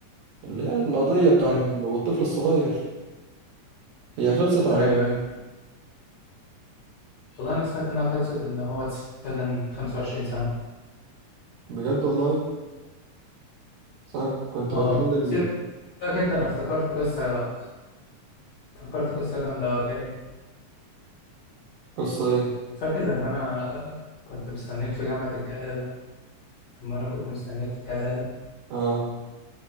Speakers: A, on the right (about 75°); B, on the left (about 70°).
A: اللي هي القضية بتاعت
B: امم
A: ال- والطفل الصغير هي خلصت على
B: أيوه
A: ايه
B: أيوه والله أنا سمعت إنها خلصت إن هو اتسجن 25 سنة
A: بجد والله بس أنا كنت
B: أه
A: بتكلم
B: سيبك أنت أنا افتكرت قصة افتكرت قصة جامدة يا كريم
A: قصة ايه
B: فاكر لما أنا آه، كنت مستنيك في جامعة الجلالة لما أنا كنت مستنيك في الجلالة
A: اه